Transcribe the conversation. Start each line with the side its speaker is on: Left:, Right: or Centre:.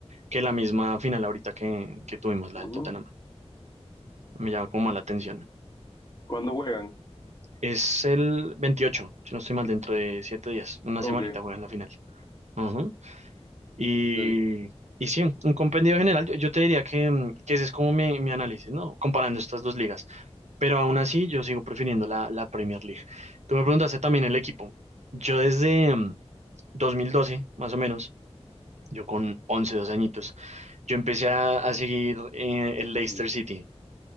Right: que la misma final ahorita que, que tuvimos, la
Left: Ujú.
Right: del Tottenham. Me llama como más la atención.
Left: ¿Cuándo juegan?
Right: Es el 28 si no estoy mal, dentro de siete días. Una
Left: Ok,
Right: semanita juegan la final. Ujú. Y,
Left: ok.
Right: y sí, un compendio general. Yo, yo te diría que, mm, que ese es como mi, mi análisis, ¿no? Comparando estas dos ligas. Pero aún así, yo sigo prefiriendo la, la Premier League. Tú me preguntaste también el equipo. Yo desde mm, 2012 más o menos, yo con once dos añitos, yo empecé a, a seguir eh, el Leicester
Left: Ujú.
Right: City